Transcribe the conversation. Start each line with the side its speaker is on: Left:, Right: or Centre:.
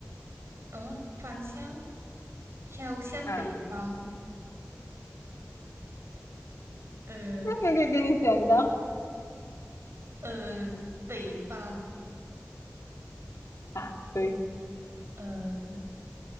Right: 呃，返乡，飘向北方，
Left: 啊。
Right: 呃，
Left: 那个可以跟你讲的
Right: 嗯、北方，
Left: 啊，<laughs> 对
Right: 呃，